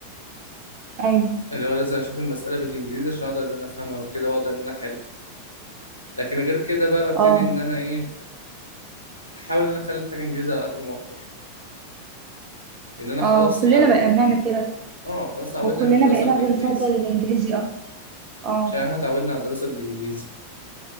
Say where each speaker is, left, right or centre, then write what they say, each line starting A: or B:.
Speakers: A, on the right; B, on the right.
A: ايوه
B: اللي هو لازم اشوف المسألة بالانجليزي عشان اقدر ان انا افهمها وكده واقدر ان انا احل لكن غير كده بقى ببتدي
A: اه
B: ان انا ايه احاول ان انا اخلي الحاجة انجليزي على قد ما اقدر ان انا
A: اه
B: خلاص
A: كلنا
B: اتعودت
A: بقينا بنعمل كده
B: اه خلاص اتعودنا
A: وكلنا
B: على الدراسه
A: بقينا
B: بالانجليزي
A: بنفضل الانجليزي اكتر اه
B: عشان احنا اتعودنا على الدراسه بالانجليزي